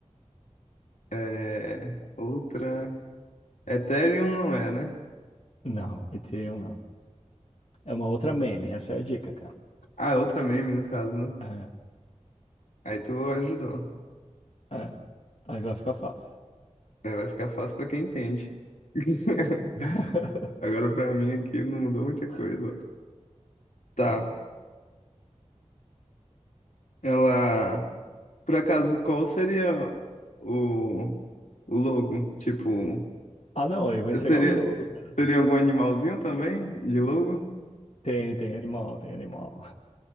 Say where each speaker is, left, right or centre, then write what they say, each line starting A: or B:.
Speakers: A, on the left; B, on the left.
A: é, outra. Ethereum não é, né?
B: não, Ethereum não. É uma outra meme, essa é a dica, cara.
A: Ah, é outra meme no caso, né?
B: É,
A: Aí tu ajudou.
B: é. Aí vai ficar fácil.
A: Aí vai ficar fácil pra quem entende. <laughs>
B: <laughs>
A: Agora pra mim aqui não mudou muita coisa. Tá. Ela. Por acaso, qual seria o, o logo? Tipo,
B: Ah, não, aí eu vou entregar
A: seria,
B: o jogo, cara.
A: teria algum animalzinho também de logo?
B: Tem, tem animal, tem animal.